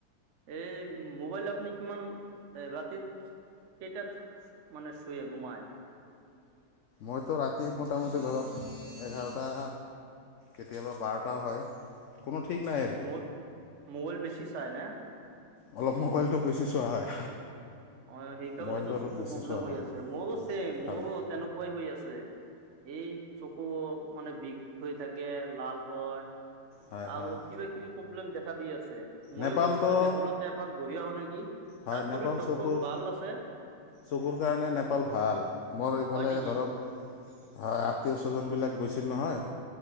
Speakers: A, on the right; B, on the left.
A: এই মোবাইল আপুনি কিমান এ ৰাতিত সেইটাত মানে শুয়ে ঘোমায়?
B: মইতো ৰাতি মোটামুটি ধৰক এঘাৰটা কেতিয়াবা বাৰটাও হয়। কোনো ঠিক নাই
A: অঁ'
B: আৰু কি
A: ম মোবইল বেছি চাই না?
B: অলপ
A: অঁ,
B: মোবাইলটো বেছি চোৱা হয়
A: সেইকাৰণে
B: মোবাইলটো
A: তোৰ
B: অলপ
A: চকু
B: বেছি
A: প্ৰব্লেম
B: চোৱা
A: হৈ
B: হয়
A: আছে। মোৰো চেইম
B: হয়
A: মোৰো তেনেকুৱাই হৈ আছে। এই চকু মানে বিষ হৈ থাকে, লাল হয়।
B: হয়
A: আৰু
B: হয়
A: কিবা কিবি প্ৰব্লেম দেখা দি আছে, মইয়ো
B: নেপালটো
A: ভাবিছো নেপালত এপাক ঘূঢ়ি আহো নেকি।
B: হয়,
A: তাত
B: নেপাল
A: বোলে ডক্তৰ
B: চুকুৰ।
A: ভাল আছে
B: চকুৰ কাৰণে নেপাল ভাল। মোৰ এইফালে
A: হয় নেকি
B: ধৰক <unintelligible> ছ্বজনবিলাক গৈছিল নহয়